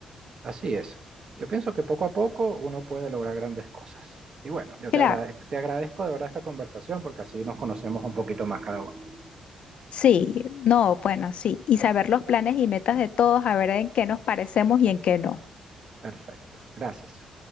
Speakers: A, on the right; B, on the left.
A: Así es. Yo pienso que poco a poco uno puede lograr grandes cosas. Y bueno, yo
B: Claro,
A: te agradezco, te agradezco de verdad esta conversación porque así nos conocemos un poquito más cada uno.
B: sí, no, bueno, sí. Y saber los planes y metas de todos, a ver en qué nos parecemos y en qué no.
A: Perfecto, gracias.